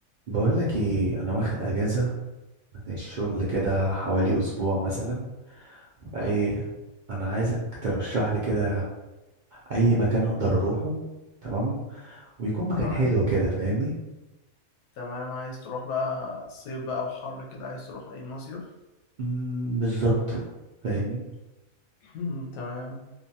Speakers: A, on the right; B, on the left.
A: بقول لك ايه انا واخد اجازه من الشغل
B: آه،
A: كده حوالي اسبوع مثلا فايه
B: فاهم.
A: انا عايزك ترشح لي كده اي مكان اقدر اروحه تمام ويكون مكان
B: تمام
A: حلو كده فاهمني
B: تمام عايز تروح بقى صيف بقى وحر كده عايز تروح أي مصيف
A: أمم، بالظبط فاهمني
B: <laughs> تمام